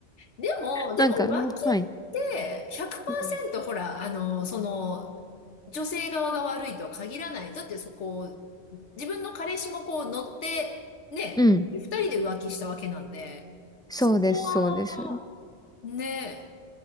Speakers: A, on the left; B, in the centre.
A: でも、でも浮気っ
B: なんか、はい。
A: て100%
B: うん。
A: ほら、あの、その、女性側が悪いとは限らない。だってそこ、自分の彼氏もこう乗って、ね、
B: うん。
A: 二人で浮気したわけなんで、
B: そうです、
A: そこは、
B: そうです。
A: ね、